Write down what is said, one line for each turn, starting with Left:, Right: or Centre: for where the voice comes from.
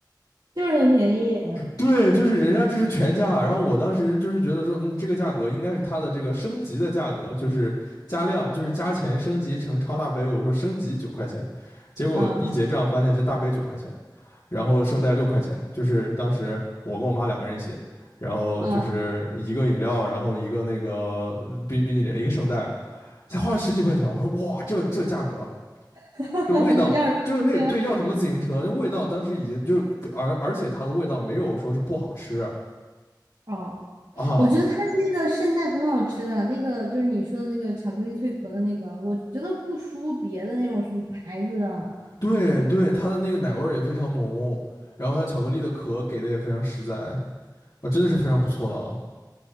Right: 就是很便宜，
Left: 对，就是人家这是全价，然后我当时就是觉得说，嗯，这个价格应该是它的这个升级的价格，就是加量，就是加钱升级成超大杯。我说升级九块钱，结果一结账发现这大杯九块钱，
Right: 嗯
Left: 然后圣代六块钱，就是当时我跟我妈两个人一起，然后就是一个饮料，
Right: 嗯，
Left: 然后一个那个冰冰淇淋，一个圣代，才花了十几块钱。我说哇，这这价格啊，
Right: <laughs>
Left: 就味道，
Right: 要是停车？
Left: 就那个对，要什么自行车？那味道当时已经就是，而而且它的味道没有说是不好吃，
Right: 哦，
Left: 啊，
Right: 我觉得他的那个圣代很好吃的，那个就是你说的那个巧克力脆壳的那个，我觉得不输别的那种什么牌子啊。
Left: 对对，它的那个奶味儿也非常浓，然后它巧克力的壳给的也非常实在，啊，真的是非常不错的啊！